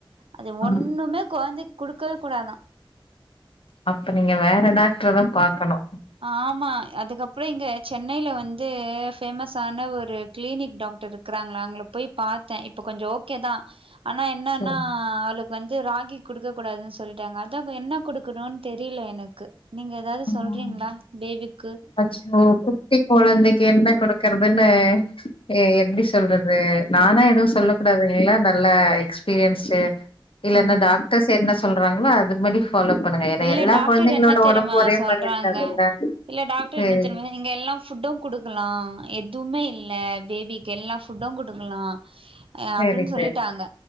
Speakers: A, on the right; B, on the left.
A: அது ஒன்னு
B: ம்
A: இன்னுமே கொழந்தைக் குடுக்கவே கூடாதா
B: அப்ப நீங்க வேற டாக்டர தா பாக்கணு
A: ஆமா அதுக்கப்புறோ இங்கே சென்னையில வந்துது ஃபேமஸான ஒரு கிளினிக் டாக்டர் இருக்குறாங்களா அங்களுக்கு போய் பாத்தே இப்ப கொஞ்ச ஓகே தா ஆனா என்னன்னா
B: சேரி
A: அவளுக்கு வந்து ராகி குடுக்க கூடாதுனு சொல்ட்டாங்க அதாப்பு என்ன கொடுக்கணு தெரில எனக்கு நீங்க எதாது
B: ம்
A: சொல்றீங்ளா பேபிக்
B: அச்சோ குட்டி கொழந்தைக்கு என்ன கொடுக்கற் அதான்னே எ எப்டி சொல்றது நானா எதுவு சொல்ல கூடாது எல்லா நல்ல எக்ஸ்ப் பீரியன்ஸு இல்லனா
A: ம்
B: டாக்டர்ஸ் என்ன சொல்றாங்களோ அதுபடி ஃபாலோ பண்ணுங்க ஏனா
A: இல்ல
B: எல்லா
A: டாக்டர்
B: கொழந்தைங்களோட
A: என்ன தெரியுமா
B: ஒடம்பூ ஒரே
A: சொல்றாங்க
B: மாரி இருக்காதுல்ல
A: இல்ல டாக்டர்
B: சேரி
A: என்ன தெரிமா நீங்க எல்லா ஃபுட்டூ குடுக்கலா எதுவுமே இல்ல பேபிக்கு எல்லா ஃபுட்டும் குடுக்கல்லா ஆ
B: சேரி
A: அப்டின்னு சொல்லிட்டாங்க
B: சேரி